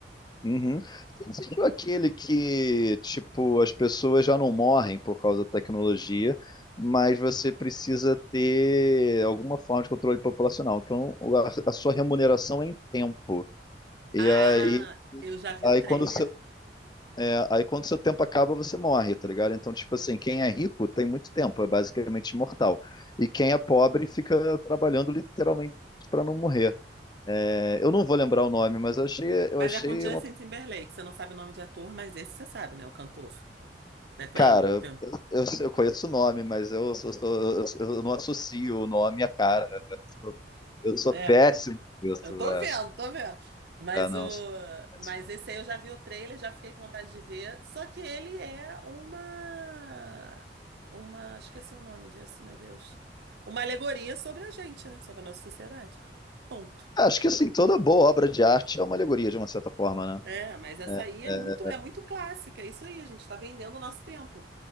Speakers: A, on the left; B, on the right.
A: Uhum. Você seguiu aquele que, tipo, as pessoas já não morrem por causa da tecnologia, mas você precisa ter alguma forma de controle populacional, que é um- a, a sua remuneração é em tempo. E
B: Ah,
A: aí,
B: eu já vi
A: aí
B: o trailer.
A: quando o seu, é, aí quando o seu tempo acaba, você morre, tá ligado? Então, tipo assim, quem é rico tem muito tempo, é basicamente imortal. E quem é pobre fica trabalhando literalmente para não morrer. É, eu não vou lembrar o nome, mas eu achei, eu
B: Mas
A: achei
B: é com Justin
A: uma
B: Timberlake, você não sabe o nome de ator, mas esse você sabe, né? O cantor. Não é com
A: Cara,
B: ele? o
A: eu,
B: filme?
A: eu sei- eu conheço o nome, mas eu, sou- sou- eu, eu não associo o nome à cara. Eu sou, eu sou
B: É.
A: péssimo com isso.
B: Eu tô
A: É,
B: vendo,
A: sou-
B: tô vendo. Mas
A: é, não,
B: o,
A: sou péssimo.
B: mas esse aí eu já vi o trailer, já fiquei com vontade de ver. Só que ele é uma, uma, esqueci o nome disso, meu Deus. Uma alegoria sobre a gente, né? Sobre a nossa sociedade. Ponto.
A: Ah, Acho que assim, toda boa obra de arte é uma alegoria, de uma certa forma, né?
B: É, mas essa
A: É,
B: aí é muito, é
A: é,
B: muito clássica. É isso aí, a gente está vendendo o nosso tempo.